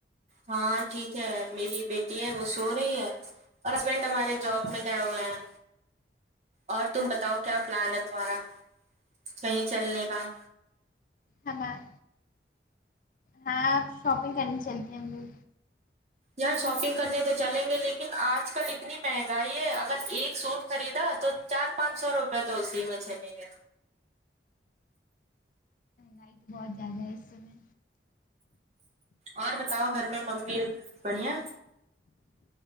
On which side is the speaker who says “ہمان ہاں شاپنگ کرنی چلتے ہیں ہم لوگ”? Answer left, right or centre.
Left